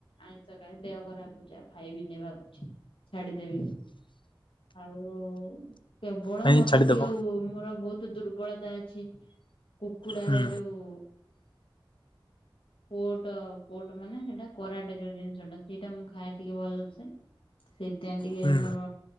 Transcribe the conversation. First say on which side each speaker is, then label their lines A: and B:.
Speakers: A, on the left; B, on the left.
A: ଆଇଁଷ ଖାଇ ଦେହ ଖରାପ ହଉଛି ଆଉ ଖାଇବିନି ଭାବୁଛି ଛାଡିଦେବି। ଆଉ କେବଳ
B: କାହିଁ
A: ମତେ
B: ଛାଡ଼ିଦବ
A: ଟିକେ ଆଉ ମୋର ବୋହୁତ ଦୁର୍ବଳତା ଅଛି କୁକୁଡାର
B: ହୁଁ
A: ଯୋଉ ପୋର୍ଟ ପୋଟ ମାନେ ହେଟା କରାଟ ଯୋଉ ଜିନିଷ ଟା। ସେଇଟା ମୁଁ ଖାଏ ଟିକେ ଭଲସେ, ସେଇଥିପାଇଁ ଟିକେ
B: ହୁଁ
A: ମୋର